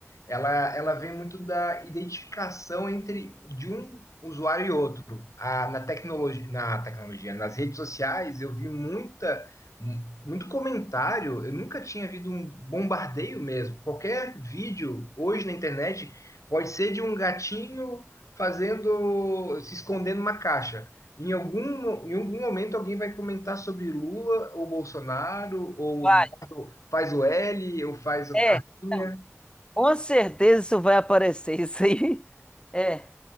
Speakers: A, on the left; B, on the left.
A: ela, ela vem muito da identificação entre de um usuário e outro. A, na tecnologia, na tecnologia, nas redes sociais, eu vi muita, mu- muito comentário. Eu nunca tinha visto um bombardeio mesmo. Qualquer vídeo hoje na internet pode ser de um gatinho fazendo, se escondendo numa caixa. Em algum, mo- em algum momento alguém vai comentar sobre Lula ou Bolsonaro ou
B: Vai,
A: tu faz o L eu faz a
B: é.
A: linha.
B: então, Com certeza isso vai aparecer. Isso aí é.